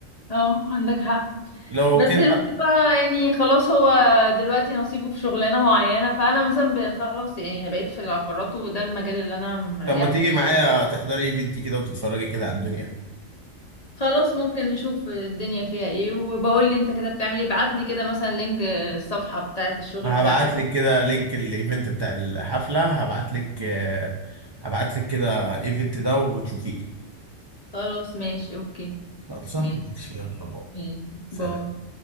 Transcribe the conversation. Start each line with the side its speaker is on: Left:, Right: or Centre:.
Left: اه عندك حق
Right: لو
Left: بس
Right: كده
Left: الواحد
Right: بقى
Left: بقى يعني خلاص هو دلوقتي نصيبه في شغلانة معينة فأنا مثلا ب- خلاص يعني بقيت في العقارات وده المجال اللي أنا مريحني
Right: طب ما تيجي معايا تحضري ايفنت كده وتتفرجي كده على الدنيا
Left: خلاص ممكن نشوف الدنيا فيها ايه وبقول لي انت كده بتعمل ايه ابعت لي كده مثلا لينك الصفحة بتاعت الشغل
Right: ما
Left: بتاعتك
Right: هبعت لك كده لينك الايفنت بتاع الحفله هبعت لك هبعت لك كده ايفنت ده وتشوفيه
Left: خلاص ماشي اوكي
Right: خلصان
Left: ماشي
Right: ماشي، يلا بقى
Left: ماشي.
Right: سلام
Left: باي